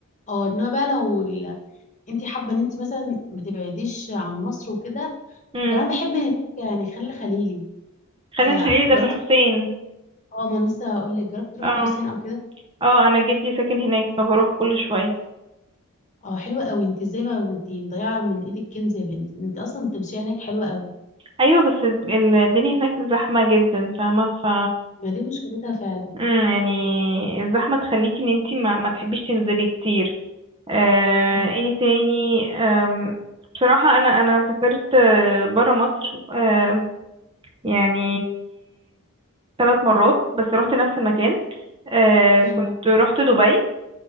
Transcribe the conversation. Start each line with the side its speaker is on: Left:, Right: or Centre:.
Left: اه انما بقى لو ال... انت حابه ان انت مثلا ما تبعديش عن مصر وكده
Right: امم
Left: كمان بحب هناك يعني خل خليلي
Right: خلينا
Left: آه،
Right: الخليل
Left: جربت
Right: ده في الحسين
Left: اه ما أنا لسه هقول لك جربت تروحي
Right: اه
Left: الحسين او كده
Right: اه انا جدي ساكن هناك فبروح كل شوية
Left: اه حلوه قوي انت ازاي ما انت مضيعه من ايدك كنز يا بنتي انت اصلا التمشيه هناك حلوه قوي
Right: ايوه بس الد- الدنيا هناك زحمه جدا فاهمه ف
Left: ما دي مشكلتها فعلا
Right: مم، يعني الزحمه تخليكي ان انتي ما, ما تحبيش تنزلي كتير آه
Left: مم.
Right: ايه تاني آم، بصراحه انا انا سافرت بره مصر آه يعني ثلاث مرات بس رحت نفس المكان آه
Left: فين
Right: كنت
Left: بقى
Right: رحت دبي